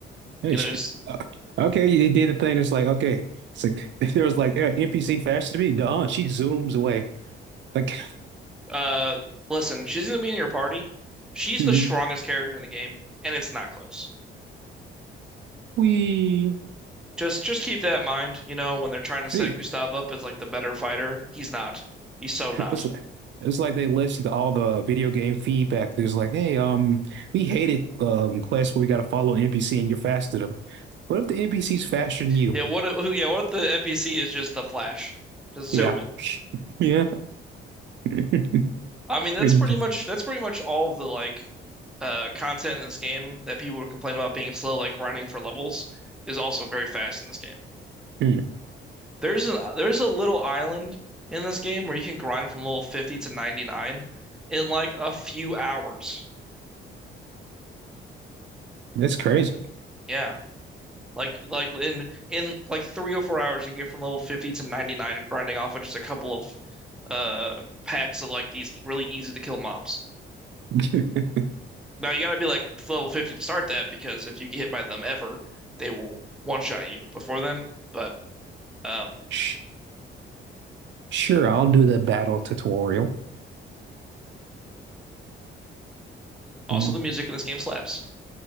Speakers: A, on the right; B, in the centre.
A: Hey,
B: You
A: shit.
B: know, just
A: Uh, Okay, they did the thing. It's like, okay. It's like, <laughs> there was like, "Yeah, NPC faster than me. No, she zooms away. Like,
B: uh, listen. She's gonna be in your party. She's
A: <laughs>
B: the strongest character in the game, and it's not close.
A: we
B: Just just keep that in mind. You know, when they're trying to
A: see.
B: set Gustav up as like the better fighter, he's not. He's so not.
A: It's like, it's like they listened to all the video game feedback. There's like, hey, um, we hated um quests where we got to follow an NPC and you're faster than them. What if the NPC's faster than you?
B: Yeah, what if, <laughs> yeah, what if the NPC is just the Flash? Just zoom
A: Yeah.
B: in.
A: Yeah. <laughs>
B: I mean, that's
A: hmm
B: pretty much that's pretty much all of the like uh content in this game that people would complain about being slow, like grinding for levels, is also very fast in this game.
A: hmm
B: There's an there's a little island in this game where you can grind from level 50 to 99 in like a few hours.
A: That's crazy.
B: Yeah. Like like in in like three or four hours you can get from level 50 to 99 grinding off of just a couple of uh packs of like these really easy to kill mobs.
A: <laughs>
B: Now you gotta be like level 50 to start that because if you get hit by them ever, they will one shot you before then. But um,
A: Sh- Sure, I'll do the battle tutorial.
B: also
A: Um,
B: the music in this game slaps.